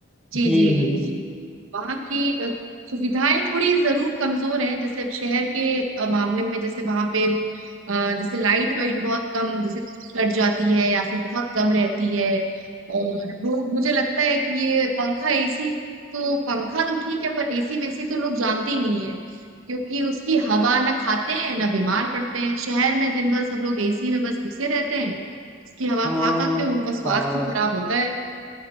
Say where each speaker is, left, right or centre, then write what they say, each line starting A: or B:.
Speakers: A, on the right; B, in the centre.
A: जी
B: हम्म
A: जी जी जी वहाँ की अ, सुविधाएं थोड़ी जरूर कमजोर हैं जैसे अब शहर के अ, मामले में जैसे वहाँ पे अ, जैसे लाइट वाइट बहुत कम जैसे कट जाती है या फिर बहुत कम रहती है और लोग मुझे लगता है कि ये पंखा एसी तो पंखा तो ठीक है पर एसी वेसी तो लोग जानते ही नहीं है क्योंकि उसकी हवा ना खाते हैं ना बीमार पड़ते हैं शहर में दिन भर सब लोग एसी में बस घुसे रहते हैं उसकी हवा
B: हाँ
A: खा खा के उनका स्वास्थ्य
B: हाँ
A: खराब होता है